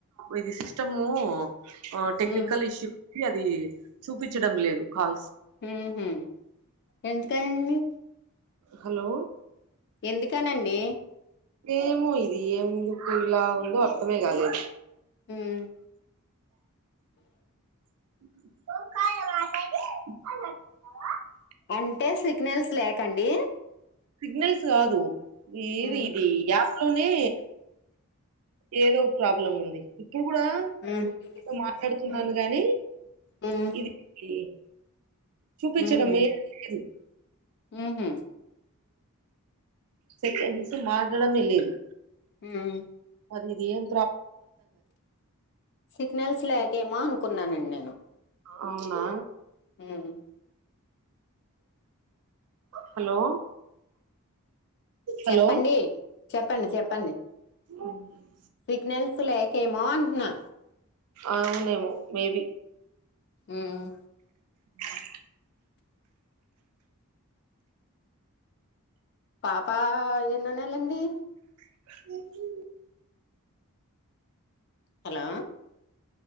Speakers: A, on the right (about 75°); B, on the left (about 50°).
A: ఇది సిస్టమూ ఆ టెక్నికల్
B: హ్మ్
A: ఇష్యూ ఉంది, అది చూపిచడం లేదు కాల్స్
B: ఉమ్ హు ఎందుకండి
A: హలో
B: ఎందుకనండి?
A: ఏమో ఇది ఎందుకు ఇలా ఉందో అర్థమే కాలేదు.
B: ఉమ్
A: మా
B: అంటే సిగ్నల్స్ లేకండి
A: సిగ్నల్స్ కాదు ఏది
B: హ్మ్
A: ఇది యాప్ లోనే ఏదో ప్రాబ్లం ఉంది ఇప్పుడు గుడా
B: హ్మ్
A: ఒ మాట్లాడుతున్నాను
B: హ్మ్
A: గాని
B: హ్మ్
A: ఇదేంది చూపిచడమేమ్
B: ఊహూ
A: లేదు
B: ఊహూ
A: సెకండ్స్ మారడమేలేదు
B: ఉమ్
A: పదిఇదిఏం
B: సిగ్నల్స్ లేకేమో అనుకున్నానండి నేను
A: అవునా
B: హ్మ్
A: హలో
B: చెప్పండీ
A: హలో
B: చెప్పండి చెప్పండి
A: ఉమ్
B: సిగ్నల్స్ లేకేమో అంటున్నా
A: ఆవునేమో మే బి
B: ఉమ్ ఉమ్
A: హ్మ్
B: పాపా ఎన్నో నెలండి
A: అ
B: hello